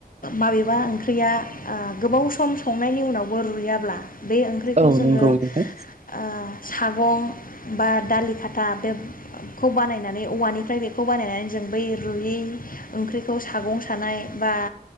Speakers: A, on the left; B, on the right.
A: माबेबा ओंख्रिया ओ गोबाव सम संनायनि उनावबो रुयाब्ला बे ओंख्रिखौ
B: औ नंगौ
A: जोङो ओ
B: नोंथां
A: सागं बा दालि खाथा बेखौ बानायनानै औवानिफ्राय बेखौ बानायनानै जों बै रुयै ओंख्रिखौ सागं सानाय बा